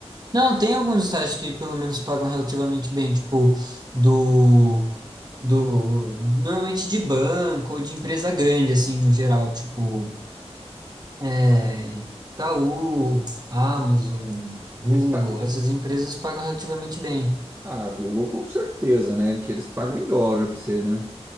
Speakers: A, on the right (about 35°); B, on the right (about 20°).
A: Não, tem alguns estágios que pelo menos pagam relativamente bem, tipo do do normalmente de banco ou de empresa grande assim no geral, tipo é, Itaú, Amazon, Google,
B: Eles pa- eles-
A: essas empresas pagam relativamente bem.
B: Ah, Google com certeza, né? Que eles pagam em dólar pra você, né?